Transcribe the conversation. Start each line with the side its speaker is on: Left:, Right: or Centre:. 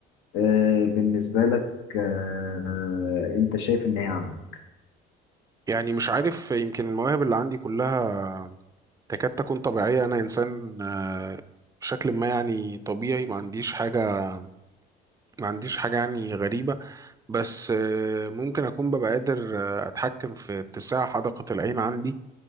Left: آه بالنسبة لك آه أنت شايف إن هي عندك؟
Right: يعني مش عارف يمكن المواهب اللي عندي كلها تكاد تكون طبيعية أنا إنسان آه، بشكل ما يعني طبيعي ما عنديش حاجة ما عنديش حاجة يعني غريبة بس آه، ممكن أكون ببقى قادر آه، أتحكم في اتساع حدقة العين عندي